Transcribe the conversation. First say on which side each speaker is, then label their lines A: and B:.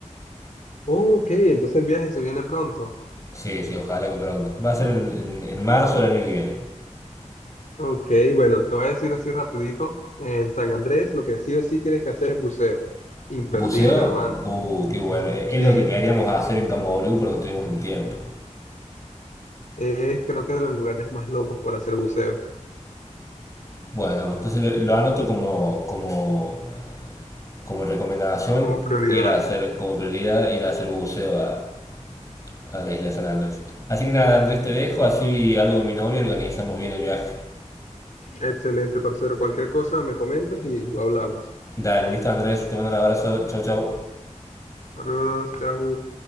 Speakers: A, on the left; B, on the left.
A: Oh, ok, entonces el viaje se viene pronto.
B: Sí, sí, ojalá que pronto. Va a ser en, en- en marzo del año que viene.
A: Ok, bueno, te voy a decir así rapidito. En San Andrés lo que sí o sí tienes que hacer es buceo. Imperdible,
B: ¿Buceo?
A: hermano.
B: Uh, qué bueno. Eh,
A: Sí,
B: Es lo que queríamos hacer en Camboriú, pero no tuvimos el tiempo.
A: es creo que de los lugares más locos para hacer buceo
B: Bueno, entonces lo, lo anoto como, como, como recomendación,
A: como prioridad.
B: ir a hacer, como prioridad, ir a hacer buceo a, a la isla de San Andrés. Así que nada, Andrés, te dejo, así hablo con mi novia y organizamos bien el viaje.
A: Excelente, parcero. Cualquier cosa me comentas y lo hablamos.
B: Dale, listo Andrés, te mando un abrazo, chau chau.
A: Saludos, chao.